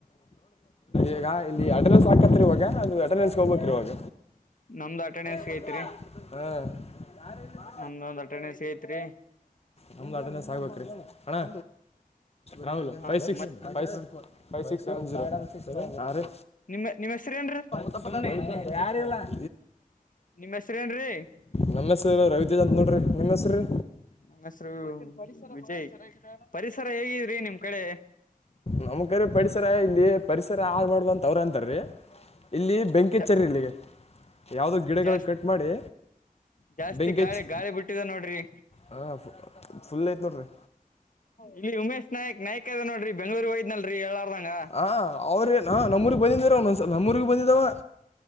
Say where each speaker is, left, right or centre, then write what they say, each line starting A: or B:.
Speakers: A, on the left; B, on the left.
A: ಈಗ ಇಲ್ಲಿ ಅಡ್ರೆನ್ಸ್ ಹಾಕತ್ರಿ ಇವಾಗ ಅದು ಅಡ್ರೆಸ್ಗೆ ಹೋಗ್ಬೇಕ್ರ ಇವಾಗ.
B: ನಮ್ದು ಅಟೆಂಡೆನ್ಸ್.
A: <unintelligible>
B: ಐತ್ರಿ
A: ಹಾ <unintelligible>
B: ನಮ್ದ ಒಂದ್ ಅಟೆಡಸ್ ಐತ್ರಿ.
A: ನಮ್ದ ಆಟೆನ್ಸ್ ಆಗ್ಬೇಕ್ರೀ ಅಣ್ಣಾ ರಾಹುಲ್
B: ಆ
A: ಫೈವ್ ಸಿಕ್ಸ್
B: ಮತ್
A: ಫೈ ಸೇ ಫೈ ಸಿಕ್ಸ್ ಸೆವೆನ್ ಜೀರೋ
B: ನಿಮ್ ನಿಮ್ಮ ಹೆಸ್ರ ಏನ್ರಿ.
A: <unintelligible> ಯಾರಿಲ್ಲ <unintelligible>
B: ನಿಮ್ ಹೆಸ್ರೇನ್ರೀ
A: ನಮ್ಮ ಹೆಸರು ರವಿಚಂದ್ರ ನೋಡ್ರಿ ನಿಮ್ಮ ಹೆಸ್ರೀ.
B: ನಮೆಸ್ರು ವಿಜಯ್ ಪರಿಸರ ಹೇಗಿದ್ರಿ ನಿಮ್ ಕಡೆ.
A: ನಮ್ ಕಡಿ ಪರಿಸರ ಇಲ್ಲಿ ಪರಿಸರ ಹಾಳ್ ಮಾಡ್ಬಂತ ಅವ್ರ ಅಂತರ್ರಿ. ಇಲ್ಲಿ ಬೆಂಕಿಚ್ಚರಿಲ್ಲಿ
B: ಜ
A: ಇಲ್ಲಿ ಯಾವುದೋ ಗಿಡಗಳು
B: ಜಾಸ್ತಿ
A: ಕಟ್ ಮಾಡಿ.
B: ಜಾಸ್ತಿ
A: ಬೆಂಕಿ
B: ಗಾಳಿ
A: ಹಚ್ಚಿ
B: ಗಾಳಿ ಬಿಟ್ಟಿದೆ ನೋಡ್ರಿ.
A: ಹಾಂ ಫುಲ್ ಐತೆ ನೋಡ್ರಿ
B: ಇಲ್ಲಿ ಉಮೇಶ್ ನಾಯಕ್ ನಾಯಕ್ ಅದಾನ ನೋಡ್ರಿ ಬೆಂಗ್ಳುರ್ ವೊಗಿದ್ನಲ್ರರಿ ಎ ಹೇಳಾರದಂಗ.
A: ಹಾ ಅವ್ರೇನ ನಮೂರಿಗೆ ಬಂದಿದಿರು ಒನ್ ಸಲ ನಮ್ಮ ಊರಿಗೆ ಬಂದಿದಾವ.